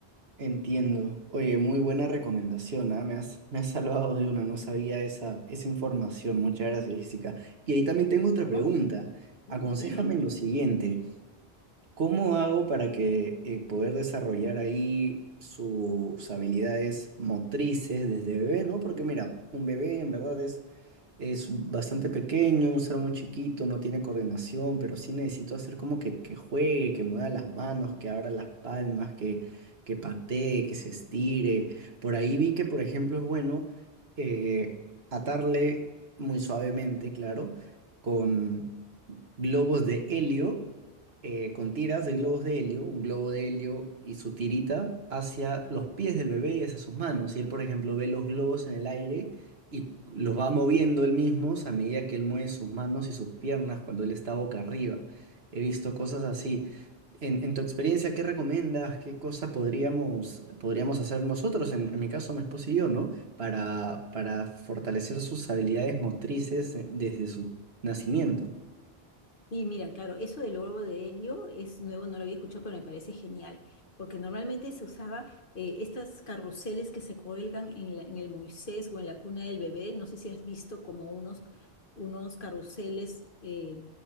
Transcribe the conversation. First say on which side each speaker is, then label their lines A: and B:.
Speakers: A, on the right (about 75°); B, on the left (about 55°).
A: Entiendo. Oye, muy buena recomendación, ¿ah? Me has, me has salvado de una, no sabía esa, esa información. Muchas gracias, Jessica. Y ahí también tengo otra
B: No,
A: pregunta.
B: Dime,
A: Aconséjame
B: dime.
A: en lo siguiente. ¿Cómo hago para que eh, poder desarrollar ahí sus habilidades motrices desde bebé, ¿no? Porque mira, un bebé en verdad es Es bastante pequeño, un ser muy chiquito, no tiene coordinación, pero sí necesito hacer como que, que juegue, que mueva las manos, que abra las palmas, que, que patee, que se estire. Por ahí vi que, por ejemplo, es bueno eh, atarle muy suavemente, claro, con globos de helio, eh, con tiras de globos de helio, un globo de helio y su tirita hacia los pies del bebé y hacia sus manos. Y él, por ejemplo, ve los globos en el aire y los va moviendo él mismo a medida que él mueve sus manos y sus piernas cuando él está boca arriba. He visto cosas así. En, en tu experiencia, ¿qué recomiendas? ¿Qué cosa podríamos, podríamos hacer nosotros, en, en mi caso, mi esposo y yo, ¿no? Para, para fortalecer sus habilidades motrices eh, desde su nacimiento.
B: Sí, mira, claro, eso del globo de helio es nuevo, no lo había escuchado, pero me parece genial, porque normalmente se usaba eh, estas carruseles que se cuelgan en, la- en el Moisés o en la cuna del bebé, no sé si has visto como unos, unos carruseles eh,